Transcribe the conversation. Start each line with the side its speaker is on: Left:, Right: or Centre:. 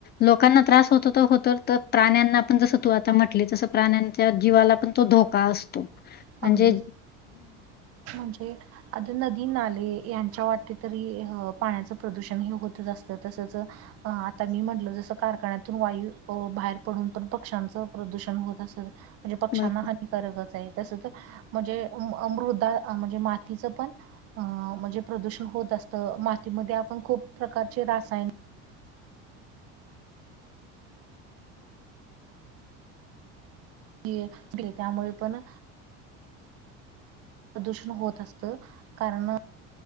Left: लोकांना त्रास होतो तर होत,, तर प्राण्यांना पण जसं तू आता म्हटली तसं प्राण्यांच्या जीवालाऽ पण तो धोका असतो,, म्हणजेऽ
Right: अगदीच म्हणजे आता नदी नाले यांच्या वाटे तरी पाण्याचं प्रदूषण हे होतच असतं, तसच अ आता मी म्हटलं जसं, कारखान्यातून वायू बाहेर पडून पण पक्ष्यांचं प्रदूषण होत असत,, म्हणजे पक्ष्यांना
Left: बरं.
Right: हानिकारकच आहे, तस तर म्हणजे, मृदा म्हणजे मातीचं पण अ म्हणजे प्रदूषण होत असत मातीमध्ये आपण खूप प्रकारचे रासायन ते त्यामुळे पण प्रदूषण होत असत कारण